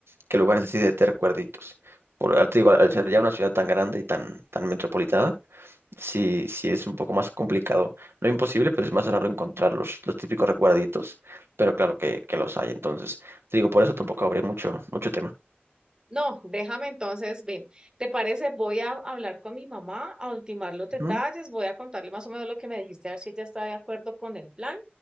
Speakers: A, on the right (about 85°); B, on the right (about 20°).
A: que lugares así de, de recuerditos. Por, al- te digo, al ser ya una ciudad tan grande y tan, tan metropolitana, sí, sí es un poco más complicado. No imposible, pero es más raro encontrar los, los típicos recuerditos, pero claro que, que los hay. Entonces, te digo, por eso tampoco habría mucho, mucho tema.
B: No, déjame entonces, ven, ¿te parece? Voy a hablar con mi mamá, a ultimar los detalles,
A: Ujú,
B: voy a contarle más o menos lo que me dijiste, a ver si ella está de acuerdo con el plan